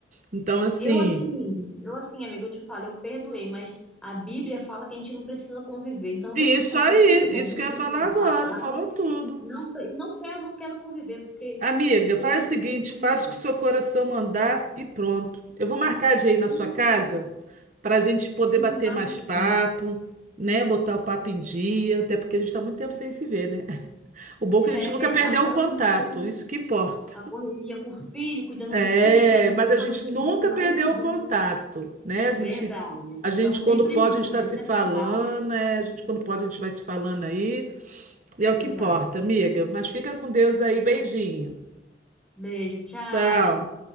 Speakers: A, on the right; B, in the centre.
A: Então, assim,
B: Eu assim, eu assim, amiga, eu te falo, eu perdoei, mas a Bíblia fala que a gente não precisa conviver, então eu não
A: isso
B: preciso conviver
A: aí,
B: com ninguém,
A: isso
B: nem
A: que eu
B: preciso
A: ia falar agora,
B: falar,
A: falou tudo.
B: Não, pre- não quero, não quero conviver, porque
A: Amiga,
B: o povo
A: faz o
B: ali
A: seguinte,
B: é só
A: faça
B: Jesus.
A: o que o seu coração mandar e pronto. Eu vou marcar de ir
B: Hum,
A: na sua casa
B: verdade.
A: para a gente poder
B: Sim,
A: bater
B: marca
A: mais
B: sim.
A: papo, né? Botar o papo em dia, até porque a gente está muito tempo sem se ver, né? O bom é que a gente
B: É
A: nunca
B: verdade,
A: perdeu
B: sabe
A: o contato,
B: como é que é, né?
A: isso que importa.
B: A correria com o filho, cuidando
A: É,
B: de filho, cuidando de
A: mas a
B: casa,
A: gente
B: cuidando
A: nunca
B: de marido.
A: perdeu o contato, né? A gente,
B: Verdade.
A: a gente
B: Estamos
A: quando
B: sempre
A: pode,
B: juntas,
A: a gente está se
B: sempre
A: falando,
B: que dá.
A: né? A gente quando pode, a gente vai se falando aí. E é o
B: Verdade.
A: que importa, amiga. Mas fica com Deus aí, beijinho.
B: Beijo, tchau.
A: Tchau.